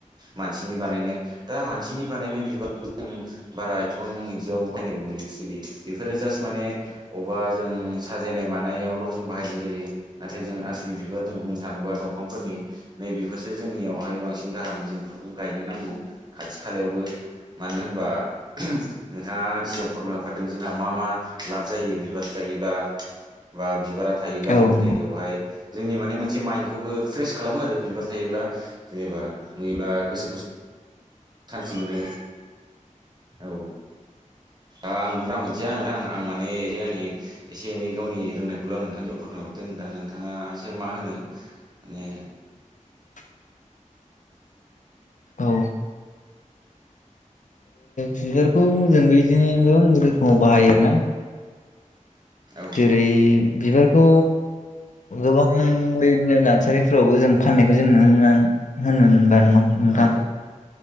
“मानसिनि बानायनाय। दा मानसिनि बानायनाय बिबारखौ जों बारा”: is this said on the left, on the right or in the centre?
Right